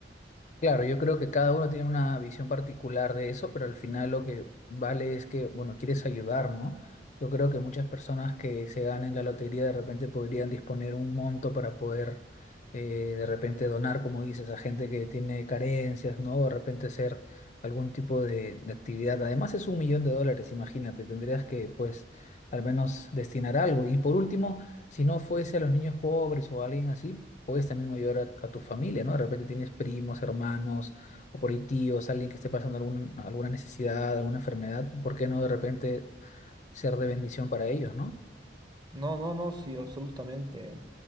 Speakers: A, on the left; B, on the right.
A: Claro, yo creo que cada uno tiene una visión particular de eso, pero al final lo que vale es que, bueno, quieres ayudar, ¿no? Yo creo que muchas personas que se ganen la lotería de repente podrían disponer un monto para poder eh, de repente donar, como dices, a gente que tiene carencias, ¿no? O de repente hacer algún tipo de, de actividad. Además es un millón de dólares, imagínate, tendrías que, pues, al menos destinar algo. Y por último, si no fuese a los niños pobres o a alguien así, puedes también ayudar a, a tu familia, ¿no? De repente tienes primos, hermanos, o por ahí tíos, alguien que esté pasando alguna, alguna necesidad, alguna enfermedad, ¿por qué no de repente ser de bendición para ellos, ¿no?
B: No, no, no, sí, absolutamente.